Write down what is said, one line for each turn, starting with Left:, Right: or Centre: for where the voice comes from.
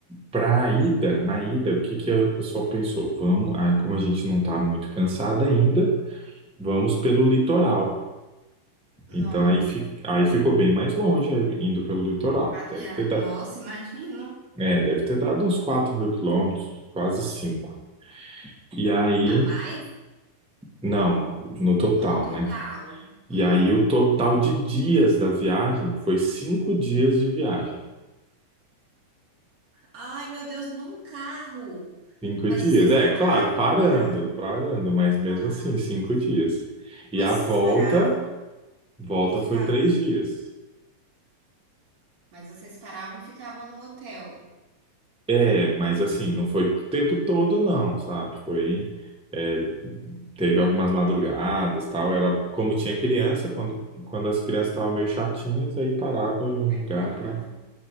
Centre: pra ida, na ida, o que que o pessoal pensou? Vamos, aí, como a gente não tá muito cansado ainda, vamos pelo litoral.
Right: não
Centre: Então, aí, fi, aí ficou bem mais longe, indo pelo litoral.
Right: caviar.
Centre: Deve ter,
Right: Nossa, imagino.
Centre: É, deve ter dado uns quatro mil quilômetros, quase 5. E aí,
Right: A mais
Centre: não, no total,
Right: no total.
Centre: né? E
Right: Hum.
Centre: aí o total de dias da viagem foi 5 dias de viagem.
Right: Ai, meu Deus, num carro.
Centre: cinco
Right: Mas
Centre: dias,
Right: vocês
Centre: é,
Right: pararam.
Centre: claro, parando,
Right: pra-
Centre: parando, mas mesmo
Right: Ah,
Centre: assim, cinco
Right: sim.
Centre: dias. E
Right: Mas
Centre: a
Right: vocês
Centre: volta,
Right: paravam
Centre: volta
Right: e ficavam.
Centre: foi 3 dias.
Right: Mas vocês paravam e ficavam no hotel.
Centre: É, mas assim,
Right: Hum.
Centre: não foi o tempo todo, não, sabe? Foi é, teve algumas madrugadas, tal, era como tinha criança, quando, quando as crianças estavam meio chatinhas, aí parava em um
Right: Aí
Centre: lugar
Right: paravam
Centre: para